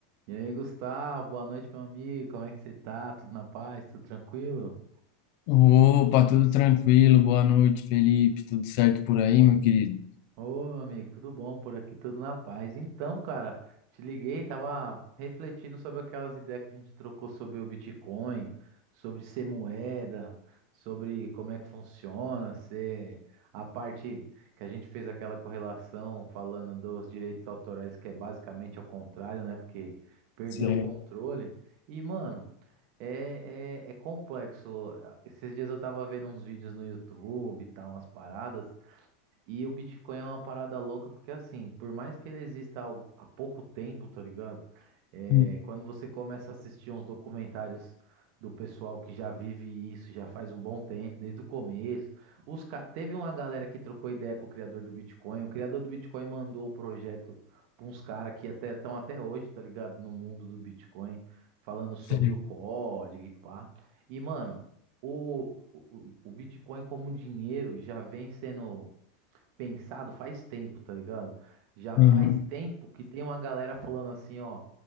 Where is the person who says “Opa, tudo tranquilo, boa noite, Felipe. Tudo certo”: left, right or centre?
Left